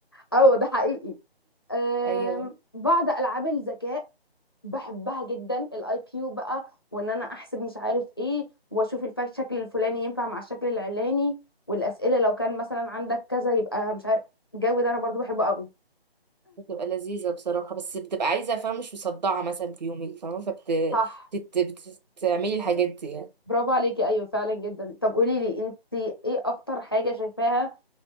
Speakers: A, on the left; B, on the right.
A: اه ده حقيقي أم،
B: ايوه
A: بعض العاب الذكاء بحبها جدا الاي كيو بقى وان انا احسب مش عارف ايه واشوف الشكل الفلاني ينفع مع الشكل العلاني والاسئله لو كان مثلا عندك كذا يبقى مش عارف الجو ده انا برضو بحبه قوي
B: بتبقى لذيذة بصراحة بس بتبقى عايزة فاهمة مش مصدعة مثلا في يومك فاهمة فبتعملي
A: صح
B: الحاجات دي يعني
A: برافو عليكي ايوه فعلا جدا طب قولي لي انت ايه اكتر حاجه شايفاها